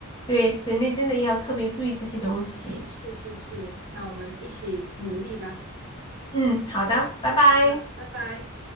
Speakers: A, on the left (about 20°); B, on the right (about 50°).
A: 对，人类真的要特别注意这些东西。
B: 是是是，那我们一起努力吧。
A: 嗯，好的，拜拜。
B: 好的，拜拜。